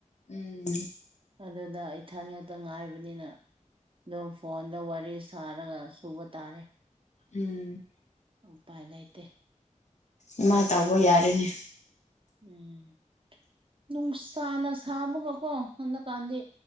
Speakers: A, on the left; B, on the right.
A: ꯎꯝ
B: ꯑꯗꯨꯗ ꯏꯊꯟ ꯉꯥꯛꯇ ꯉꯥꯏꯕꯅꯤꯅ ꯑꯗꯨꯝ ꯐꯣꯟꯗ ꯋꯥꯔꯤ ꯁꯥꯔꯒ ꯁꯨꯕ ꯇꯥꯔꯦ
A: ꯎꯝ
B: ꯎꯄꯥꯏ ꯂꯩꯇꯦ
A: ꯏꯃꯥꯏ ꯇꯧꯕ ꯌꯥꯔꯦꯅꯦ
B: ꯎꯝ ꯅꯨꯡꯁꯥꯅ ꯁꯥꯕꯒꯀꯣ ꯍꯟꯗꯛꯀꯥꯟꯗꯤ